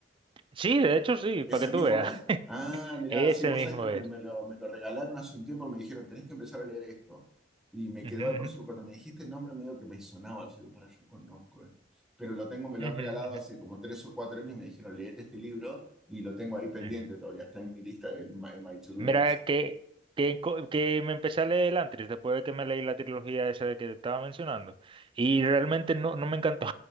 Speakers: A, on the right; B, in the centre.
A: Sí, de hecho sí, para
B: ¿Ese
A: que
B: mismo
A: tú veas.
B: es?
A: <laughs>
B: Ah, mira,
A: Ese
B: sí, vos
A: mismo
B: sabés que me,
A: es.
B: me lo, me lo regalaron hace un tiempo. Me dijeron, tenés que empezar a leer esto. Y me
A: Ujú,
B: quedó,
A: ujú,
B: por eso cuando me dijiste el nombre medio que me sonaba, yo digo, para, yo conozco, eh". Pero lo tengo, me lo
A: ujú,
B: han regalado
A: ujú,
B: hace como tres o cuatro años, me dijeron, leete este libro y lo tengo ahí pendiente
A: ujú.
B: todavía, está en mi lista, en my, en my to-do
A: Mira,
B: list.
A: que, que, co- que me empecé a leer el Antris después de que me leí la trilogía esa de que te estaba mencionando. Y realmente no, no me encantó.